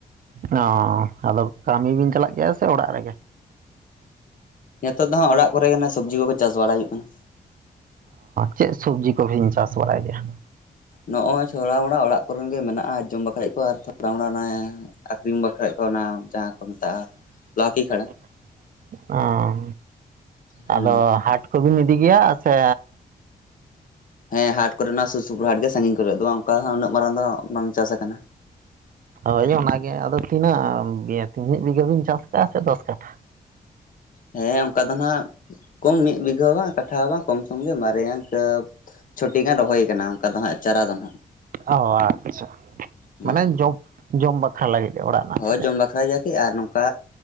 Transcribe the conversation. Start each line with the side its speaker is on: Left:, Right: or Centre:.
Right: ᱚᱸ ᱟᱫᱚ ᱠᱟᱹᱢᱤ ᱵᱤᱱ ᱪᱟᱞᱟᱜ ᱜᱮᱭᱟ ᱥᱮ ᱚᱲᱟᱜ ᱨᱮᱜᱮ?
Left: ᱱᱤᱛᱚᱜ ᱫᱚ ᱦᱟᱜ ᱚᱲᱟᱜ ᱠᱚᱨᱮ ᱜᱮ ᱱᱚ ᱥᱚᱵᱽᱡᱤ ᱠᱚᱜᱮ ᱪᱟᱥ ᱵᱟᱲᱟᱭ ᱦᱩᱭᱩᱜ ᱠᱟᱱᱟ ᱾
Right: ᱪᱮᱫ ᱥᱚᱵᱡᱤ ᱠᱚᱵᱮᱱ ᱪᱟᱥ ᱵᱟᱲᱟᱭ ᱜᱮᱭᱟ?
Left: ᱱᱚᱜᱼᱚᱸᱭ ᱪᱷᱚᱲᱟ ᱢᱚᱲᱟ ᱚᱲᱟᱜ ᱠᱚᱨᱮᱱ ᱜᱮ ᱢᱮᱱᱟᱜᱼᱟ ᱡᱚᱢ ᱵᱟᱠᱷᱨᱟᱡᱽ ᱠᱚᱣᱟ ᱟᱨ ᱛᱷᱚᱲᱟ ᱢᱚᱲᱟ ᱚᱱᱮ ᱟᱹᱠᱷᱨᱤᱧ ᱵᱟᱠᱷᱨᱟᱡ ᱠᱚᱣᱟ ᱚᱱᱟ ᱡᱟᱦᱟᱸ ᱠᱚ ᱢᱮᱛᱟᱜᱼᱟ
Right: <unintelligible>
Left: ᱞᱟᱣᱠᱤ ᱠᱷᱟᱲᱟ
Right: ᱚᱸ
Left: ᱦᱩᱸ
Right: ᱟᱫᱚ ᱦᱟᱴ ᱠᱚᱵᱤᱱ ᱤᱫᱤ ᱜᱮᱭᱟ ᱥᱮ
Left: ᱦᱮᱸ ᱦᱟᱴ ᱠᱚᱨᱮᱱᱟᱜ ᱥᱩᱨ ᱥᱩᱯᱩᱨ ᱦᱟᱴ ᱜᱮ ᱥᱟᱺᱜᱤᱧ ᱠᱚᱨᱮ ᱫᱚ ᱵᱟᱝ ᱚᱱᱠᱟ ᱦᱚᱸ ᱩᱱᱟᱹᱜ ᱢᱟᱨᱟᱝ ᱫᱚ ᱵᱟᱝ ᱪᱟᱥ ᱟᱠᱟᱱᱟ᱾
Right: ᱦᱳᱭ ᱚᱱᱟᱜᱮ ᱟᱫᱚ ᱛᱤᱱᱟᱹᱜ ᱢᱤᱫ ᱵᱤᱜᱷᱟᱹ ᱵᱤᱱ ᱪᱟᱥ ᱠᱟᱜᱼᱟ ᱥᱮ ᱫᱚᱥ ᱠᱟᱴᱷᱟ?
Left: ᱦᱮᱸ ᱚᱱᱠᱟ ᱫᱚ ᱱᱟᱦᱟᱜ ᱠᱚᱢ ᱢᱤᱫ ᱵᱤᱜᱷᱟᱹ ᱦᱚᱸ ᱵᱟᱝ ᱠᱟᱴᱷᱟ ᱦᱚᱸ ᱵᱟᱝ ᱠᱚᱢ ᱥᱚᱢ ᱜᱮ ᱢᱟᱨᱮ ᱤᱝᱠᱟ ᱪᱷᱚᱴᱤ ᱜᱟᱱ ᱨᱚᱦᱚᱭ ᱟᱠᱟᱱᱟ ᱚᱱᱠᱟ ᱫᱚ ᱦᱟᱜ ᱪᱟᱨᱟ ᱫᱚ ᱱᱟᱦᱟᱜ
Right: ᱚ ᱟᱪᱪᱷᱟ
Left: ᱦᱩᱸ
Right: ᱢᱟᱱᱮ
Left: ᱦᱩᱸ᱾
Right: ᱡᱚᱢ ᱡᱚᱢ ᱵᱟᱠᱷᱨᱟ ᱞᱟᱹᱜᱤᱫ ᱜᱮ ᱚᱲᱟᱜ ᱨᱮᱱᱟᱜ
Left: ᱦᱳᱭ
Right: ᱥᱮ ᱪᱮᱫ
Left: ᱡᱚᱢ ᱵᱟᱠᱷᱨᱟᱭ ᱜᱤᱭᱟ ᱠᱤ ᱟᱨ ᱱᱚᱝᱠᱟ